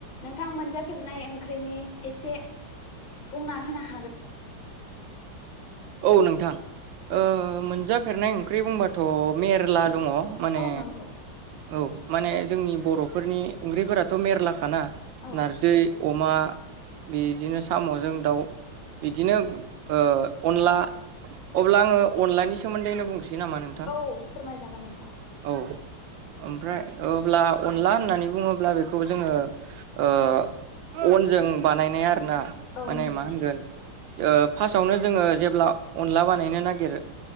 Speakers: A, on the left; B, on the right.
A: नोंथां मोनजाफेरनाय ओंख्रिनि एसे बुंना होनो हा
B: औ नोंथां ओ
A: औ
B: मोनजा सफेरनाय ओंख्रि बुंबाथ' मेरला दङ। माने
A: औ नांगौ
B: औ माने जोंनि बर'फोरनि ओंख्रिफोराथ' मेरलाखाना
A: औ
B: नारजि अमा बिदिनो साम'जों दाउ बिदिनो ओ अनला अब्ला आङो अनलानि सोमोनदोनो बुंसै नामा नोंथां
A: औ फोरमायजागोन नोंथां।
B: औ ओमफ्राय अब्ला अनला होननानै बुङोब्ला बेखौ जोङो ओ अनजों बानायनाय आरोना
A: औ
B: माने
A: नंगौ
B: मा होनगोन। ओ फार्स्टयावनो जोङो जेब्ला अनला बानायनो नागिरो